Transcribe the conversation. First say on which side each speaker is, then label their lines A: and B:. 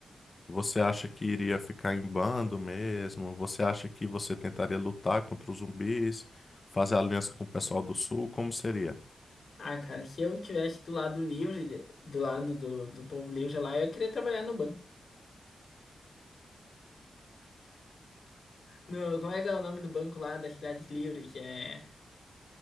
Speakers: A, on the left; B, on the left.
A: Você acha que iria ficar em bando mesmo? Você acha que você tentaria lutar contra os zumbis, fazer aliança com o pessoal do sul? Como seria?
B: Ah, cara, se eu tivesse do lado livre, do lado do, do povo livre lá, eu queria trabalhar no banco. No, como é que é o nome do banco lá das cidades livres é.